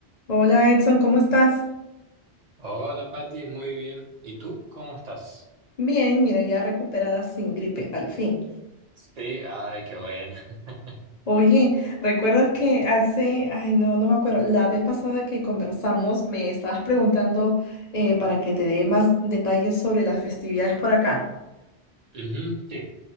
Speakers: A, on the left; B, on the right.
A: Hola Edson, ¿cómo estás?
B: Hola Pati, muy bien. ¿Y tú? ¿Cómo estás?
A: Bien, mira, ya recuperada sin gripe, al fin.
B: Sí, ay, qué bueno. <laughs>
A: Oye, ¿recuerdas que hace, ay no, no me acuerdo, la vez pasada que conversamos me estabas preguntando eh, para que te dé más detalles sobre las festividades por acá?
B: Ujú, sí,